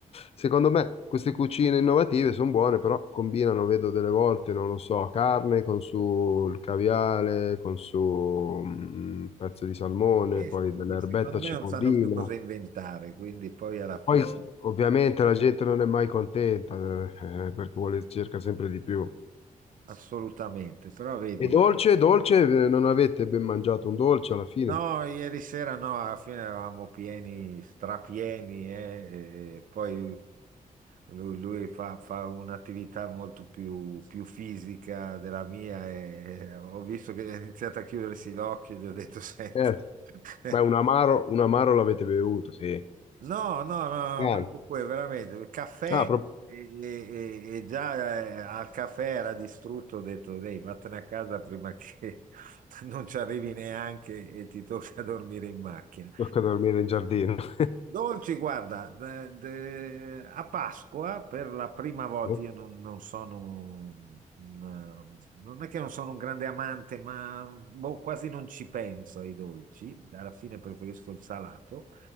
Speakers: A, on the left; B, on the right.
A: secondo me queste cucine innovative sono buone, però combinano, vedo delle volte, non lo so, carne con sul caviale, con su mm, un pezzo di salmone,
B: Eh
A: poi
B: sì,
A: dell'erbetta
B: secondo me
A: cipollina.
B: non sanno più cosa inventare, quindi poi alla
A: Poi
B: fine
A: ovviamente la gente non è mai contenta, eh, eh, perché vuole, cerca sempre di più.
B: assolutamente, però vedi,
A: E dolce, dolce, eh, non avete ben mangiato un dolce alla fine?
B: No, ieri sera no, alla fine eravamo pieni, strapieni, eh, e poi lui, lui fa, fa un'attività molto più, più fisica della mia e ho visto che ha iniziato a chiudersi l'occhio, gli ho detto, senti,
A: Certo.
B: <laughs>
A: Beh, un amaro, un amaro l'avete bevuto, sì.
B: no, no, no,
A: Neanche.
B: no, manco quello, veramente, il caffè
A: Ah, proprio
B: e, e- e già eh, al caffè era distrutto, ho detto, dai, vattene a casa prima che <laughs> non ci arrivi neanche e ti tocca <laughs> dormire in macchina.
A: tocca dormire in giardino. <laughs>
B: Dolci, guarda, de- de- a Pasqua per la prima volta,
A: Eh,
B: io non, non sono, un- un- non è che non sono un grande amante, ma boh, quasi non ci penso ai dolci, alla fine preferisco il salato